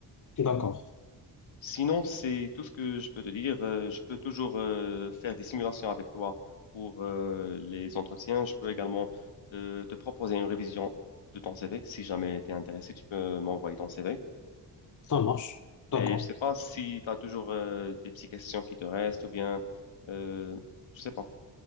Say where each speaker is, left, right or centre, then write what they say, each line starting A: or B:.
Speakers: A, on the left (about 40°); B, on the left (about 70°).
A: D'accord.
B: Sinon, c'est tout ce que je peux te dire. Euh, je peux toujours euh, faire des simulations avec toi pour euh, les entretiens. Je peux également euh, te proposer une révision de ton CV. Si jamais tu es intéressé, tu peux m'envoyer ton CV.
A: Ça marche. D'accord.
B: Et je sais pas si tu as toujours euh, des petites questions qui te restent ou bien, euh, je sais pas.